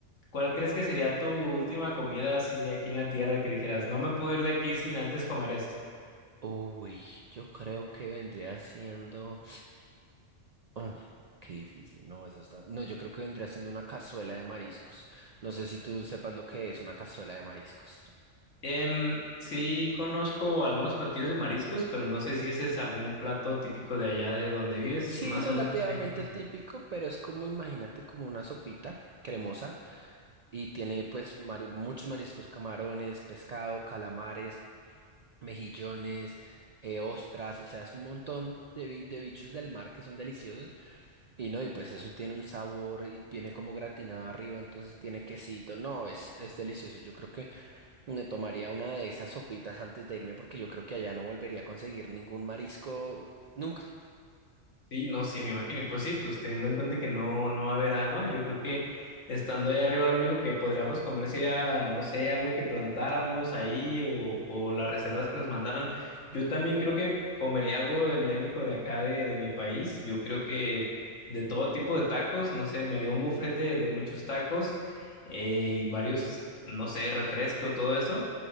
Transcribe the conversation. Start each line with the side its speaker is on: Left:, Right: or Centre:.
Left: ¿Cuál crees que sería tu última comida así aquí en la Tierra que dijeras, no me puedo ir de aquí sin antes comer esto?
Right: Uy, yo creo que vendría siendo... Ah, qué difícil, no, eso está... No, yo creo que vendría siendo una cazuela de mariscos. No sé si tú sepas lo que es una cazuela de mariscos.
Left: Em, sí, conozco algunos platillos de mariscos, pero no sé si ese es algún plato típico de allá de donde vives,
Right: Sí,
Left: más
Right: relativamente
Left: o menos en qué consiste.
Right: típico, pero es como, imagínate, como una sopita cremosa y tiene pues mari- muchos mariscos, camarones, pescado, calamares, mejillones, eh, ostras, o sea, es un montón de, bi- de bichos del mar que son deliciosos y no, y pues eso tiene un sabor y viene como gratinado arriba, entonces tiene quesito, no, es, es delicioso, yo creo que me tomaría una de esas sopitas antes de irme porque yo creo que allá no volvería a conseguir ningún marisco nunca,
Left: Sí, no, sí, me imagino. Y pues sí, pues teniendo en cuenta que no, no va a haber agua, yo creo que estando ahí arriba lo único que podríamos comer sería, no sé, algo que plantáramos ahí o, o las reservas que nos mandaran. Yo también creo que comería algo endémico de acá de, de mi país. Yo creo que de todo tipo de tacos, no sé, me haría un buffet de, de muchos tacos eh, y varios, no sé, refresco, todo eso